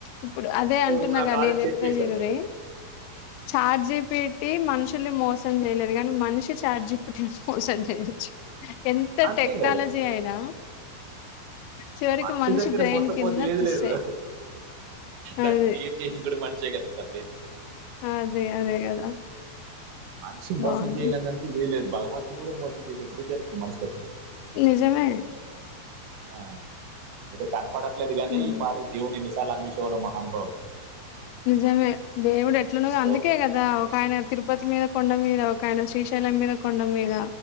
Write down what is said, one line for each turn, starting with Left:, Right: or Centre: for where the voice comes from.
Left: ఇప్పుడు అదే
Right: సో
Left: అంటున్నాగా
Right: నువ్వు నాకు ఆల్రెడీ
Left: నేను చెప్పేదిరి
Right: చెప్పేశావు
Left: వినూరి చార్జీపీటి మనుషు మనుషులని మోసం చేయలేదు కానీ మనిషి చార్జీ పెట్టి ని మోసం చేయొచ్చు ఎంత
Right: అంతే
Left: టెక్నాలజీ
Right: కదా
Left: అయినా చివరికి
Right: మనిషి దగ్గర
Left: బ్రెయిన్
Right: బొసపోంది
Left: కింద
Right: ఏదీ
Left: తుస్సే
Right: లేదు దాన్ని
Left: అది
Right: క్రియేట్ చేసిన కూడా మనిషి కదా తల్లి
Left: హు హుమ్మ్ అదే అదే కదా
Right: మనిషి మోసం
Left: బాగుంది
Right: చేయలేదంటే ఏది లేదు భగవంతుడు కూడా మోసం చేసేది వె తెసిను మనసకి
Left: నిజమే
Right: ఆ ఇది కనపడట్లేదు కాగాని
Left: హ్మ్
Right: ఈ పాడి దీవుని చాలభషవలో మహాభావు
Left: నిజమే దేవుడు ఎట్లాో అందుకే
Right: లో-
Left: కదా ఒకయన తిరు తిరుపతి మీద కొండ మీద ఒక ఆయన శ్రీశైలం మీద కొండ మీద